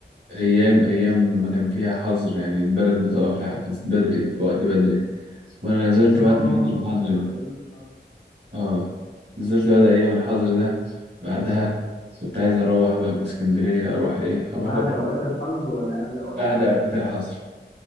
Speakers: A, on the right (about 70°); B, on the left (about 80°).
A: ايام ايام ما كان فيها حظر يعني البلد بتقف لحد بدري في وقت بدري وانا نزلت
B: آه
A: بعد الحظر ده.
B: أيام الحظر
A: اه نزلت بعد ايام الحظر ده بعدها كنت عايز اروح بقى من اسكندريه اروح ايه اروح
B: بعد
A: بقى
B: أوقات الحظر ولا قبل أوقات
A: بعد
B: الحظر
A: اوقات الحظر